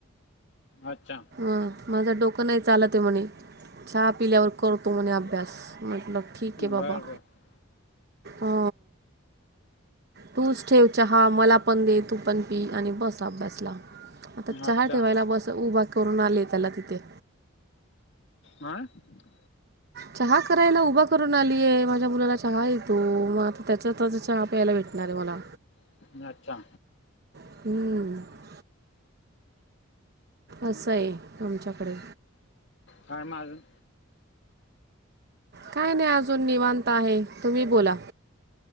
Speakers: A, on the left (about 55°); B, on the right (about 50°).
A: अच्छा,
B: अ माझं डोकं नाही चालत आहे म्हणे चहा पिल्यावर करतो म्हणे अभ्यास म्हटलं ठीक आहे बाबा
A: बरं बरं
B: आ तूच ठेव चहा मला पण दे तू पण पी आणि बस अभ्यासला आता चहा
A: अच्छा
B: ठेवायला बस उभा करून आले त्याला तिथे.
A: आं <unintelligible>
B: चहा करायला उभा करून आलीय माझ्या मुलाला चहा येतो मग आता त्याच्या हाताचा चहा प्यायला भेट भेटणार मला
A: ् अच्छा
B: हम्म असं आहे आमच्याकडे
A: काय म अजून न
B: काय नाही अजून निवांत आहे तुम्ही बोला